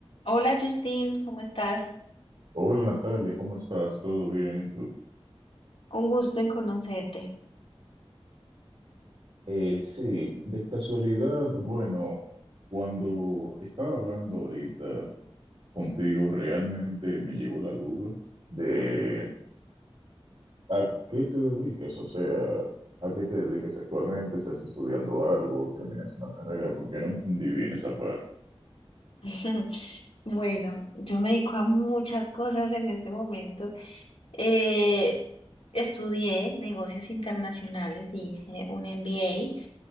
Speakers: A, on the left (about 70°); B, on the right (about 70°).
A: Hola Justin, ¿cómo estás?
B: Hola Natalia, ¿cómo estás? ¿Todo bien? ¿Y tú?
A: Un gusto en conocerte.
B: Eh, sí, de casualidad, bueno, cuando estaba hablando ahorita contigo, realmente me llegó la duda de a qué te dedicas, o sea, a qué te dedicas actualmente, estás estudiando algo, terminas una carrera, porque no entendí bien esa parte.
A: <laughs> Bueno, yo me dedico a muchas cosas en este momento. Eh, estudié negocios internacionales y hice un MBA.